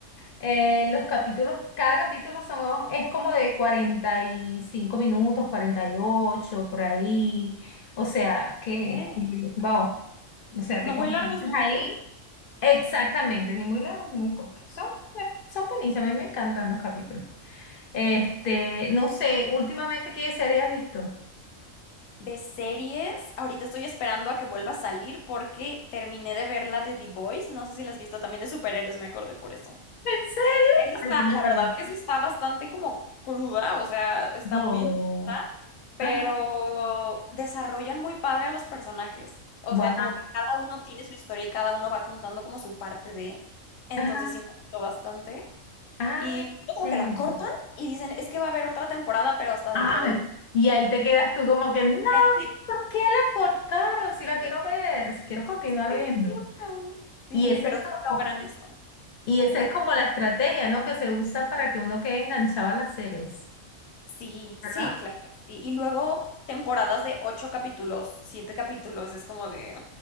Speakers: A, on the left; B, on the left.
A: Eh, los capítulos, cada capítulo son, es como de 45 minutos, 48 por ahí. O sea, que,
B: ¿Qué?
A: wow. O sea,
B: No
A: te concentras
B: muy largos, no muy
A: ahí.
B: cortos.
A: Exactamente, ni muy largos ni muy cortos. Son, eh, son buenísimos, a mí me encantan los capítulos. Este, no sé, últimamente, ¿qué serie has visto?
B: De series, ahorita estoy esperando a que vuelva a salir porque terminé de ver la de The Boys, no sé si la has visto, también de superhéroes, me acordé por eso.
A: ¿En serio?
B: Esa está,
A: Ay, qué maravilla.
B: la verdad que esa está bastante como cruda, o sea, está
A: No.
B: muy intensa, pero
A: Ajá.
B: desarrollan muy padre a los personajes. O
A: Guau.
B: sea, como que cada uno tiene su historia y cada uno va contando como su parte de. Entonces
A: Ajá.
B: sí me gustó bastante.
A: Ay,
B: Y justo
A: chévere.
B: como que la cortan y dicen, es que va a haber otra temporada, pero hasta dentro
A: Ay.
B: de mí.
A: Y ahí te quedas tú como que, no,
B: Y ahí
A: ¿por qué la cortaron? Si la quiero ver, si quiero continuar
B: <laughs> me
A: viendo.
B: quedé, "What Sí,
A: Y ese
B: pero
A: es
B: sí
A: como,
B: logran eso.
A: y
B: ¿Vale?
A: esa es como la estrategia, ¿no? Que se usa para que uno quede enganchado a las series,
B: Sí,
A: ¿verdad?
B: sí, claro que sí. Y luego temporadas de ocho capítulos, siete capítulos, es como de...